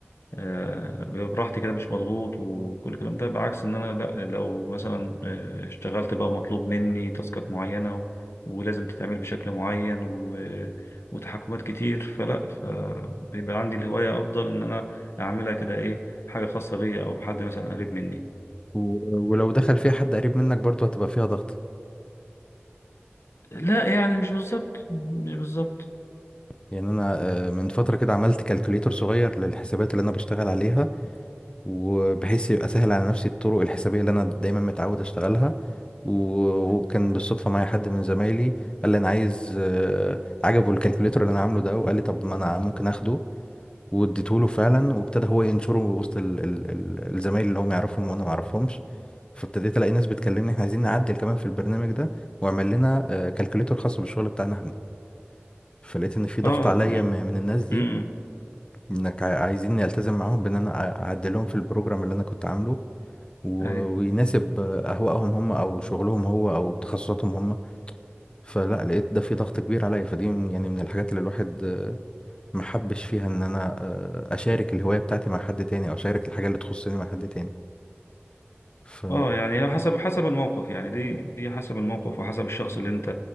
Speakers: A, on the left; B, on the left.
A: آه، بيبقى براحتي كده مش مضغوط وكل الكلام ده بعكس ان انا لا لو مثلا آه، اشتغلت بقى مطلوب مني تاسكات معينة و- ولازم تتعمل بشكل معين و- وتحكمات كتير فلا فبيبقى عندي الهواية افضل ان انا اعملها كده ايه حاجة خاصة بيا او حد مثلا قريب مني
B: و... ولو دخل فيها حد قريب منك برضو هتبقى فيها ضغط
A: لا يعني مش بالظبط مش بالظبط
B: يعني أنا آه، من فترة كده عملت كالكوليتر صغير للحسابات اللي أنا بشتغل عليها وبحيث يبقى سهل على نفسي الطرق الحسابية اللي أنا دايما متعود أشتغلها و- وكان بالصدفة معايا حد من زمايلي قال لي أنا عايز آه، عجبه الكالكوليتر اللي أنا عامله ده وقال لي طب ما أنا ممكن أخده واديته له فعلا وابتدى هو ينشره وسط ال- ال- ال- الزمايل اللي هم يعرفهم وأنا ما أعرفهمش فابتديت ألاقي ناس بتكلمني إحنا عايزين نعدل كمان في البرنامج ده واعمل لنا آه، كالكوليتر خاص بالشغل بتاعنا إحنا فلقيت إن في ضغط
A: اه
B: عليا
A: امم
B: م- من الناس دي
A: امم
B: انك عايزين التزم معاهم بان انا أ- اعدلهم في البروجرام اللي انا كنت عامله و-
A: اي
B: ويناسب اهوائهم هم او شغلهم هو او تخصصاتهم هم فلا لقيت ده في ضغط كبير عليا فدي من- يعني من الحاجات اللي الواحد آه، ما حبش فيها ان انا آه، اشارك الهواية بتاعتي مع حد تاني او اشارك الحاجة اللي تخصني مع حد تاني ف
A: اه يعني هو حسب حسب الموقف يعني دي دي حسب الموقف وحسب الشخص اللي انت